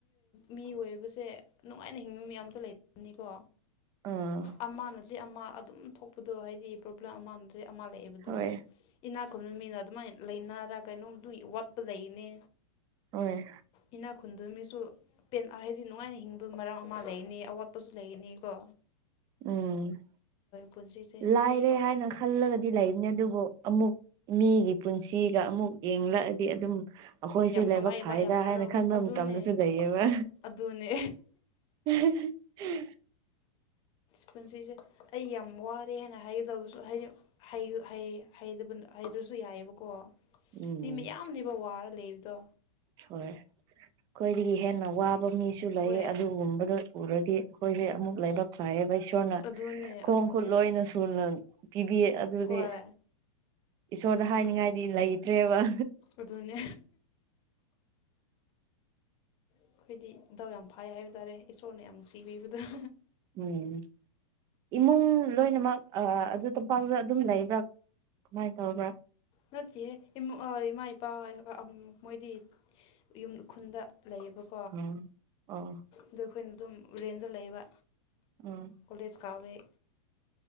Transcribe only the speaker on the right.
ꯑꯥ
ꯍꯣꯏ
ꯍꯣꯏ
ꯎꯝ
ꯂꯥꯏꯔꯦ
ꯍꯥꯏꯅ ꯈꯜꯂꯒꯗꯤ ꯂꯩꯕꯅꯤ ꯑꯗꯨꯕꯨ ꯑꯃꯨꯛ ꯃꯤꯒꯤ ꯄꯨꯟꯁꯤꯒ ꯑꯃꯨꯛ ꯌꯦꯡꯂꯛꯑꯗꯤ ꯑꯗꯨꯝ ꯑꯩꯈꯣꯏꯁꯦ
ꯂꯥꯏꯕꯛ
ꯐꯥꯏꯗ
ꯍꯥꯏꯅ ꯈꯟꯕ
ꯃꯇꯝꯗꯁꯨ ꯂꯩꯌꯦꯕ
ꯎꯝ
ꯎꯝ
ꯍꯣꯏ ꯑꯩꯈꯣꯏꯗꯒꯤ ꯍꯦꯟꯅ ꯋꯥꯕ ꯃꯤꯁꯨ ꯂꯩ
ꯑꯗꯨꯒꯨꯝꯕꯗ ꯎꯔꯗꯤ ꯑꯩꯈꯣꯏꯁꯦ ꯑꯃꯨꯛ ꯂꯥꯏꯕꯛ ꯐꯥꯏꯌꯦꯕ ꯏꯁꯣꯔꯅ
ꯈꯣꯡ
ꯈꯨꯠ ꯂꯣꯏꯅ ꯁꯨꯅ ꯄꯤꯕꯤꯌꯦ ꯑꯗꯨꯗꯤ
ꯏꯁꯣꯔꯗ ꯍꯥꯏꯅꯤꯡꯉꯥꯏꯗꯤ
ꯂꯩꯇ꯭ꯔꯦꯕ
ꯎꯝ ꯏꯃꯨꯡ ꯂꯣꯏꯅꯃꯛ ꯑꯗꯨ ꯇꯣꯝꯄꯥꯛꯗ ꯑꯗꯨꯝ ꯂꯩꯕ꯭ꯔꯥ ꯀꯃꯥꯏꯅ ꯇꯧꯕ꯭ꯔꯥ
ꯎꯝ ꯑꯣ
ꯎꯝ